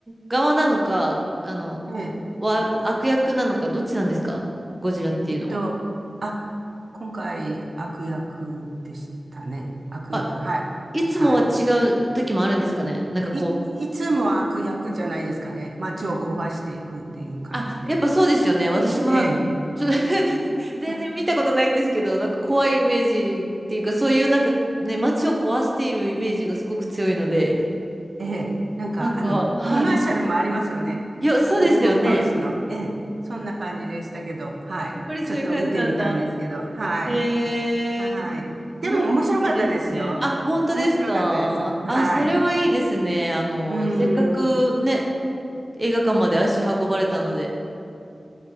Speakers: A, on the right; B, on the right.
A: 側なのか、あの、
B: ええ
A: わ、悪役なのか、どっちなんですかゴジラっていうのは。
B: えっと、あ、今回悪役でしたね。悪役、
A: あ、
B: はい。
A: いつもは違う時もあるんですかね。
B: は
A: なんかこう、
B: い。い、いつも悪役じゃないですかね。街を壊していくっていう感じで。
A: あ、やっぱそうですよね。私もなんか、
B: ええ、
A: ちょ、<laughs> 全然見たことないんですけど、
B: うん
A: なんか怖いイメージっていうか、そういうなんかね、街を壊しているイメージがすごく強いので、
B: ええ、なんかあの、
A: なんか、はい。
B: コマーシャルもありますよね。
A: いや、そうですよね。
B: オープンハウスの。ええ、そんな感じでしたけど、はい。
A: やっぱりそういう感じなんだ。
B: ちょっと見てみたんですけど、はい。
A: へえ、
B: はい。でも面白かったですよ。
A: 面白いですね。あ、本当ですかあ、
B: 面白かったです。はい。
A: それはいいですね。あの、
B: うー
A: せっかくね、
B: ん。
A: 映画館まで足運ばれたので。